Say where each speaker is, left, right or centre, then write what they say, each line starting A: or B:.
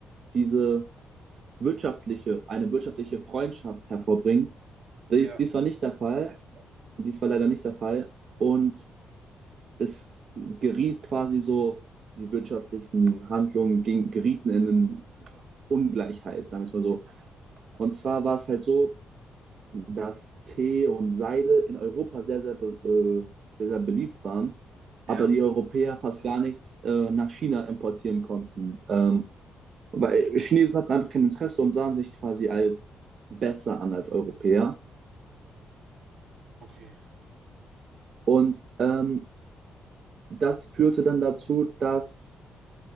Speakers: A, on the right (about 45°); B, on the right (about 60°).
A: diese wirtschaftliche, eine wirtschaftliche Freundschaft hervorbringen. Dies,
B: Ja,
A: dies war nicht der Fall, dies war leider nicht der Fall. Und es geriet quasi so, die wirtschaftlichen Handlungen ging, gerieten in eine Ungleichheit, sagen wir es mal so. Und zwar war es halt so, dass Tee und Seide in Europa sehr, sehr, be äh, sehr, sehr beliebt waren,
B: Ja,
A: aber die Europäer fast gar nichts äh, nach China importieren konnten. Ähm, weil Chinesen hatten einfach kein Interesse und sahen sich quasi als besser an als Europäer.
B: okay.
A: Und ähm, das führte dann dazu, dass,